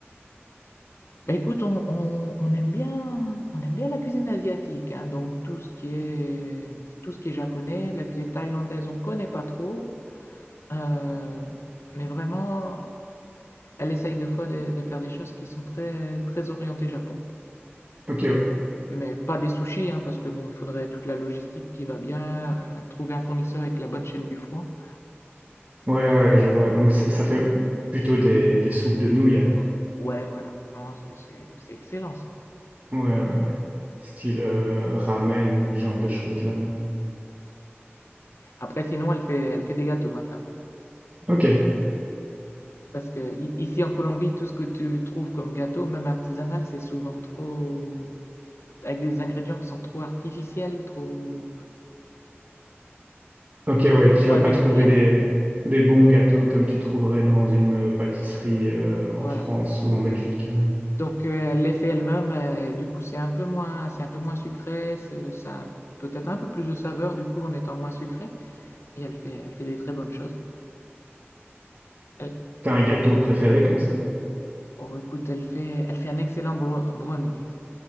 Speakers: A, on the left; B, on the right.
A: Mais écoute, on, on- on aime bien, on aime bien la cuisine asiatique. hein. donc, tout ce qui est, tout ce qui est japonais, la cuisine thaïlandaise, on connaît pas trop. Euh, mais vraiment, elle essaye des fois de, de faire des choses qui sont très, très orientées Japon.
B: Ok, ouais.
A: Mais pas des sushis, hein, parce que bon, il faudrait toute la logistique qui va bien, euh, trouver un fournisseur avec la bonne chaîne du froid.
B: Ouais, ouais, je vois. Donc, ça, ça fait plutôt des, des soupes de nouilles alors.
A: Ouais, voilà. Non, c'est c'est- c'est excellent ça.
B: Ouais, ouais, ouais. Style euh, ramen ou ce genre de choses-là.
A: Après, sinon, elle fait, elle fait des gâteaux, ma femme.
B: Ok,
A: Parce que i- ici en Colombie, tout ce que tu trouves comme gâteau, même artisanal, c'est souvent trop. avec des ingrédients qui sont trop artificiels, trop,
B: ok, ouais. Tu
A: trop
B: vas
A: industriels.
B: pas trouver des, des bons gâteaux comme tu trouverais dans une euh, pâtisserie euh, en
A: Voilà.
B: France ou en Belgique. euh.
A: Donc, euh, elle les fait elle-même, euh, et du coup, c'est un peu moins, c'est un peu moins sucré, c'est- ça a peut-être un peu plus de saveur, du coup, en étant moins sucré. Et elle fait, elle fait des très bonnes choses. Elle-
B: T'as un gâteau préféré comme ça?
A: oh, écoute, elle fait, elle fait un excellent bro- brownie.